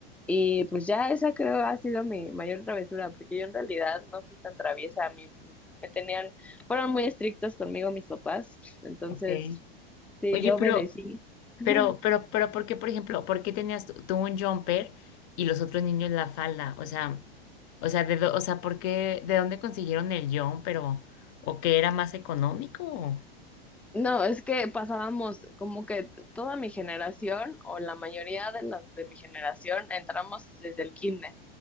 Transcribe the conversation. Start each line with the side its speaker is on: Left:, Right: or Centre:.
Centre: Y pues ya esa creo ha sido mi mayor travesura, porque yo en realidad no fui tan traviesa. A mí me tenían, fueron muy estrictos conmigo mis papás, entonces
Left: ok.
Centre: sí,
Left: Oye,
Centre: yo obedecí.
Left: pero,
Centre: <laughs>
Left: pero, pero, pero, ¿por qué, por ejemplo, por qué tenías tú, tú un jumper y los otros niños la falda? O sea, o sea, de, dó- o sea, ¿por qué, de dónde consiguieron el jumper o, o que era más económico? o?
Centre: No, es que pasábamos como que t- toda mi generación o la mayoría de las de mi generación entramos desde el kinder.